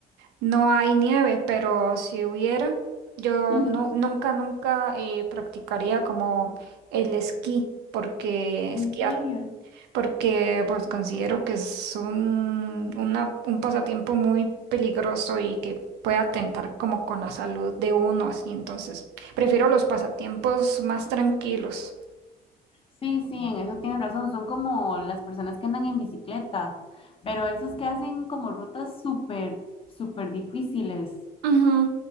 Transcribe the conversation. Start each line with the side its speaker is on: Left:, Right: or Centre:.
Right: No hay nieve, pero si hubiera, yo
Left: Ujú,
Right: no, nunca, nunca eh, practicaría como el esquí, porque
Left: ¿En
Right: esquiar,
Left: serio?
Right: porque pues considero que es un, una- un pasatiempo muy peligroso y que puede atentar como con la salud de uno, así entonces prefiero los pasatiempos más tranquilos.
Left: Sí, sí, en eso tienen razón, son como las personas que andan en bicicleta, pero esos que hacen como rutas súper, súper difíciles.
Right: Ujú.